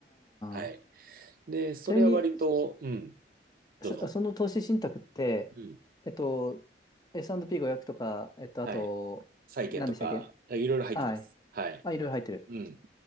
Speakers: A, on the right (about 50°); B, on the left (about 20°).
A: はい。
B: ああ。
A: で、それは割と、
B: ちなみに、
A: うん、どうぞ。
B: そ、その投資信託って、
A: うん。
B: えっと、S&P500 とか、えっと、あと、
A: はい。債券とか、
B: 何でしたっけ
A: いろいろ入ってます。
B: はい。
A: はい。
B: あ、いろいろ入ってる。
A: うん。